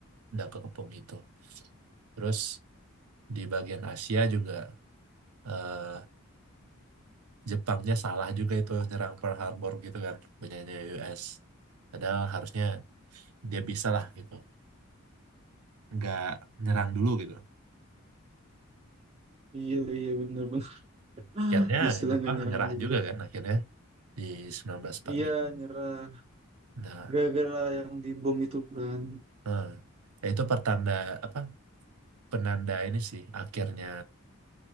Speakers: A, on the right (about 85°); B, on the right (about 25°).
A: udah kekepung itu terus di bagian Asia juga eh, Jepangnya salah juga itu nyerang Pearl Harbor gitu kan punyanya US padahal harusnya dia bisa lah gitu nggak nyerang dulu gitu
B: Iya, iya benar-benar. <laughs>
A: akhirnya
B: Bisa lah
A: Jepang
B: nggak nyerang
A: menyerah
B: dulu.
A: juga kan akhirnya di 1945
B: Iya, nyerah.
A: Nah,
B: Gara-gara yang dibom itu kan.
A: eh, Nah, itu pertanda apa? Penanda ini sih akhirnya